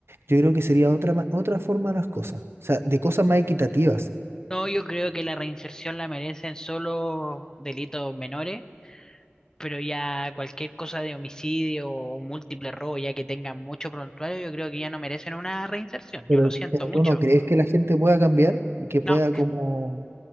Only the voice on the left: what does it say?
No, yo creo que la reinserción la merecen solo delitos menores, pero ya cualquier cosa de homicidio o múltiple robo, ya que tengan mucho prontuario, yo creo que ya no merecen una reinserción.
Yo lo siento
mucho.
No,